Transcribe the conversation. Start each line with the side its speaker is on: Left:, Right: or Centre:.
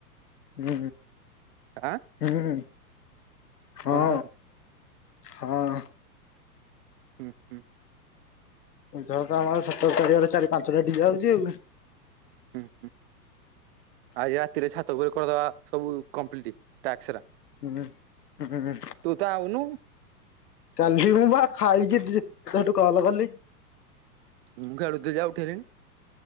Left: ହୁଁ।
Right: ଆଁ
Left: ହୁଁ ହଁ
Right: କଣ ହୁଁ
Left: ହଁ।
Right: ହୁଁ ହୁଁ।
Left: ଏଇଥରକ ଆମର ସତର ତାରିଖ ଆଡୁ ଚାରି ପାଞ୍ଚ ଗାଡି ଯାଉଛି ଆଉ।
Right: ହୁଁ ହୁଁ। ଆଜି ରାତିରେ ଛାତ ଉପରେ କରିଦବା ସବୁ କମପ୍ଲିଟ ଟ୍ୟାକ୍ସ ରା।
Left: ହୁଁ ହୁଁ।
Right: ତୁ ତ ଆଉନୁ
Left: କାଲି ମୁଁ ବା ଖାଇକି ଦି ତୋଠୁ କଲ କଲି।
Right: ମୁଁ ଖେଳୁ ଥିଲି ଯା ଉଠେଇ ଲିନି।